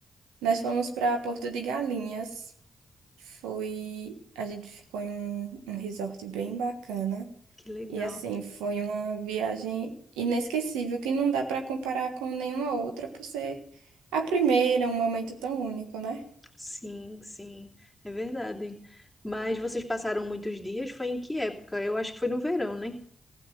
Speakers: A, on the right (about 90°); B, in the centre.
A: nós fomos para Porto de Galinhas. Foi. A gente ficou em um, um resort bem bacana.
B: Que legal.
A: E assim, foi uma viagem inesquecível que não dá para comparar com nenhuma outra por ser a primeira, um momento tão único, né?
B: Sim, sim. É verdade. Mas vocês passaram muitos dias? Foi em que época? Eu acho que foi no verão, né?